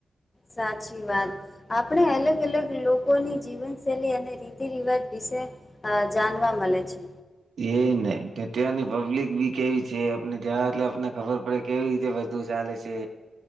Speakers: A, on the left (about 20°); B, on the right (about 75°).
A: સાચી વાત આપણે અલગ અલગ લોકોની જીવનશૈલી અને રિતિ રિવાજ વિશે જાણવા મલે છે.
B: એજને ત્યાંની પબ્લિક બી કેવી છે આપને જ્યા એટલે આપને ખબર પડે કેવી રીતે બધું ચાલે છે